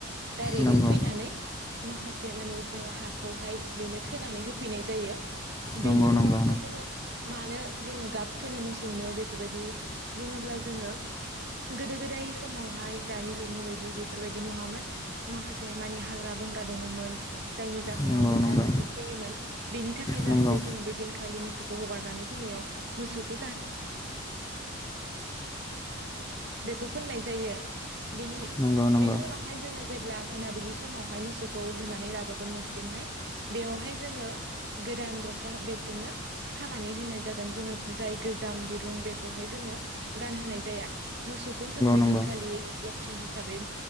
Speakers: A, on the right (about 50°); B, on the left (about 15°).
A: दाइरेकयै
B: नंगौ
A: फैनानै माखासे मानि जों हाखौहाय बेनो खोनानै होफैनाय जायो। बेनि
B: नंगौ नंगौ
A: उनावहाय जोङो मानो जोङो गाब फोनो मोसौनो बेफोरबायदि बुङोब्ला जोङो गोदो-गोदाय समावहाय दानि जुगनि बायदि बेफोरबायदि नङामोन माखासे मानि हाग्रा बंग्रा दङमोन जायनि जाहोनाव
B: नंगौ
A: मोसा,
B: नंगौ
A: मुफुर फैयोमोन बेनि थाखाय
B: नंगौ
A: जाहाथे जों बै दिनखालि मोसौखौ हगारनानै फैनायाव मोसौखौ बेखौ फोननाय जायो। बेनि
B: नंगौ नंगौ
A: बेनि उनावहाय जोङो जेब्ला मोनाबिलि समावहाय मोसौखौ होनानै लाबोगोन न'सिमहाय बेवहाय जोङो गोदान रसा बेसोरनो खानानै होनाय जागोन जोङो जाय गोजाम दिरुं बेखौहाय जोङो गानहोनाय जाया। मोसौखौ जों बैदिनखालि
B: नंगौ
A: लोखखि हिसाबै